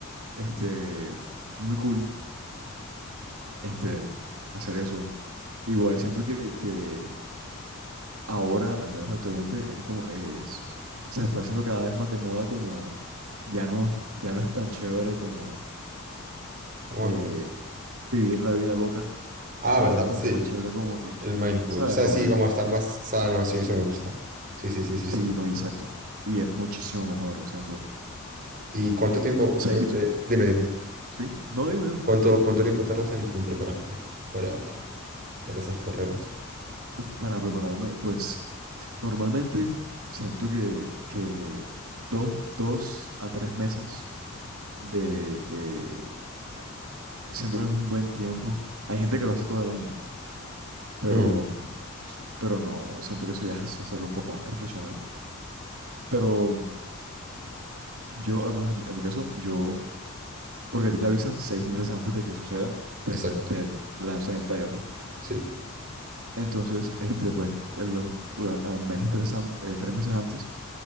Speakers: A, on the right; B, on the right.
A: este, muy cool, este, hacer eso. Igual siento que, que ahora, al menos actualmente, es como, es, se está haciendo cada vez más de moda como, ya no, ya no es tan chévere como
B: Guantes.
A: eh, vivir la vida loca,
B: Ah,
A: ahora
B: ¿verdad?
A: es como
B: Sí,
A: que más chévere como que,
B: el mindful.
A: ¿sabes?
B: O sea,
A: Ahora,
B: sí, como estar más sano, sí, eso me gusta. Sí, sí, sí, sí,
A: sí,
B: sí.
A: no, exacto, y es muchísimo mejor, siento.
B: ¿Y cuánto tiempo usualmente,
A: O sea, y tú,
B: dime, dime,
A: ¿sí? No, dime. dime.
B: cuánto, cuánto tiempo tardas en, en prepararte para, para esas carreras?
A: Uf, para prepararme, pues normalmente siento que, que dos, dos a tres meses de, de... Siento que es un buen tiempo. Hay gente que lo hace todo el año, pero,
B: Mm,
A: pero no, siento que eso ya es hacerlo un poco más profesional. Pero yo, al menos en, en mi caso, yo, porque a ti te avisan seis meses antes de que suceda, te,
B: Exacto,
A: te lanzan el flyer, ¿no?
B: sí.
A: Entonces, este, pues, en los ult- a- a meses, tres, an- eh, tres meses antes.